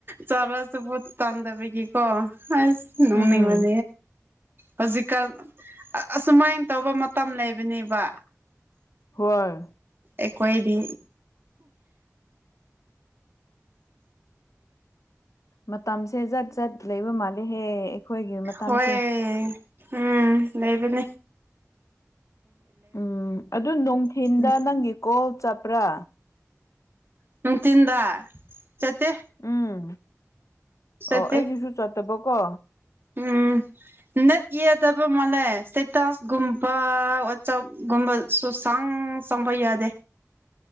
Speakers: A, on the right; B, on the left.
A: ꯆꯥꯔꯁꯨ ꯄꯨꯛ ꯇꯥꯟꯗꯕꯒꯤꯀꯣ ꯑꯩꯁ ꯅꯣꯡꯅꯤꯡꯕꯅ
B: ꯎꯝ
A: ꯍꯧꯖꯤꯛꯀꯥꯟ ꯑ ꯑꯁꯨꯃꯥꯏꯅ ꯇꯧꯕ ꯃꯇꯝ ꯂꯩꯕꯅꯦꯕ
B: ꯍꯣꯏ
A: ꯑꯩꯀꯣꯏꯗꯤ
B: ꯃꯇꯝꯁꯦ ꯖꯠ ꯖꯠ ꯂꯩꯕ ꯃꯥꯜꯂꯦꯍꯦ ꯑꯩꯈꯣꯏꯒꯤ ꯃꯇꯥꯡꯁꯦ
A: ꯍꯣꯏ ꯎꯝ ꯂꯩꯩꯕꯅꯦ
B: ꯎꯝ ꯑꯗꯨ ꯅꯨꯡꯊꯤꯟꯗ
A: ꯎꯝ
B: ꯅꯪꯒꯤ ꯀꯣꯜ ꯆꯠꯄ꯭ꯔꯥ
A: ꯅꯨꯡꯊꯤꯟꯗ ꯆꯠꯇꯦ
B: ꯎꯝ
A: ꯆꯠꯇꯦ
B: ꯑꯣ ꯑꯩꯒꯤꯁꯨ ꯆꯠꯇꯕꯀꯣ
A: ꯎꯝ ꯅꯠ ꯌꯦꯗꯕ ꯃꯥꯜꯂꯦ ꯁꯇꯦꯇꯥꯁꯒꯨꯝꯕ ꯋꯥꯆꯞꯒꯨꯝꯕ ꯁꯨꯁꯥꯡ ꯆꯥꯡꯕ ꯌꯥꯗꯦ